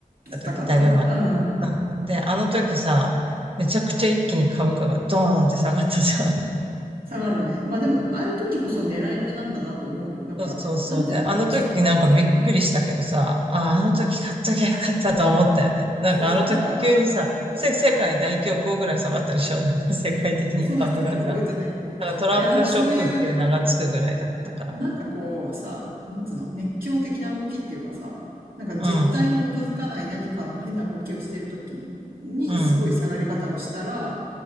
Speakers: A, on the right; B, on the right.
A: た時、
B: 戦って。
A: だいぶ前。
B: うんうん。
A: で、あの時さ、めちゃくちゃ一気に株価がドーンって下がったじゃん。
B: 下がるね。まあでも、ああいう時こそ狙い目なんだなと思うよ。だから、
A: そうそうそうね。
B: なんていうの、
A: あの時なんかびっくりしたけどさ、
B: じ、うん。
A: ああ、あの時買っときゃよかったとは思ったよね。なんかあの時急にさ、
B: そうそう、なんか、
A: せ、世界大恐慌ぐらい下がったでしょ <laughs> なんか世界的に株がさ。
B: そうだったっけ覚えてないけど。いや、
A: なんかトランプショックっていう名がつくぐらいだったから。
B: なんかそういう、なんかこうさ、なんつうの、熱狂的な動きっていうかさ、なんか実体に基づかない何かの変な動きをしてるときにすごい下がり方をしたら、
A: うん、うん、